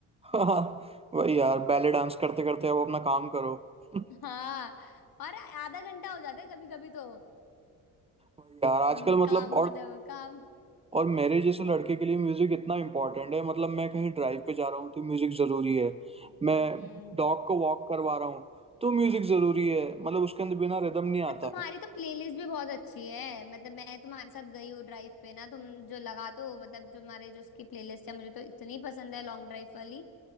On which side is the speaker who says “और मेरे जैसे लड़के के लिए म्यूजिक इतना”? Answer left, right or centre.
Right